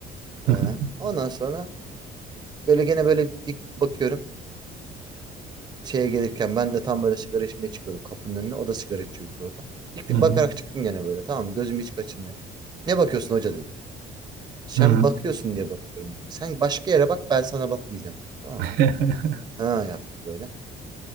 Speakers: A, on the right; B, on the right.
A: Hı
B: Ee,
A: hı.
B: ondan sonra böyle gene böyle dik bakıyorum. Şeye gelirken ben de tam böyle sigara içmeye çıkıyorum kapının önüne. O da sigara içiyormuş orada. Dik
A: Hı
B: dik
A: hı.
B: bakarak çıktım gene böyle tamam mı? Gözümü hiç kaçırmıyorum. Ne bakıyorsun hoca dedi. Sen
A: Hı hı.
B: bakıyorsun diye bakıyorum dedim. Sen başka yere bak ben sana bakmayacağım. Tamam
A: <laughs>
B: mı? Ha yaptı böyle.